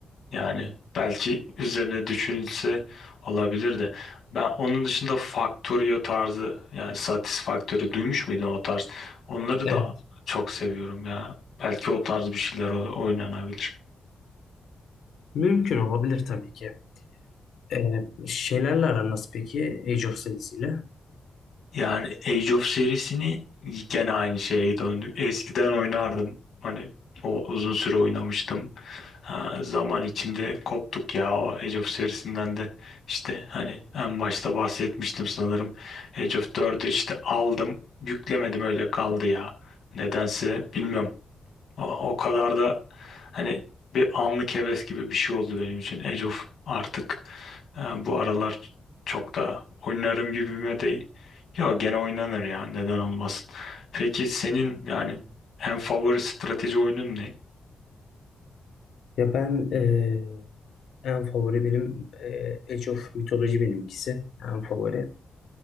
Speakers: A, on the left; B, on the left.
A: Yani belki üzerine düşünülse olabilir de. Ben onun dışında Factorio tarzı yani Satisfactory duymuş muydun o tarz? Onları
B: Evet.
A: da çok seviyorum ya. Belki o tarz bir şeyler o- oynanabilir.
B: Mümkün olabilir tabii ki. Ee, şeylerle aran nasıl peki Age of serisiyle?
A: Yani Age of serisini gene aynı şeye döndük. Eskiden oynardım. Hani o uzun süre oynamıştım. Ha, zaman içinde koptuk ya o Age of serisinden de işte hani en başta bahsetmiştim sanırım Age of 4'ü işte aldım yüklemedim öyle kaldı ya nedense bilmiyorum o, o kadar da hani bir anlık heves gibi bir şey oldu benim için Age of artık e, bu aralar çok da oynarım gibime değil yok gene oynanır ya neden olmasın peki senin yani en favori strateji oyunun ne?
B: Ya ben ee, en favori benim ee, Age of Mythology benimkisi. En favori.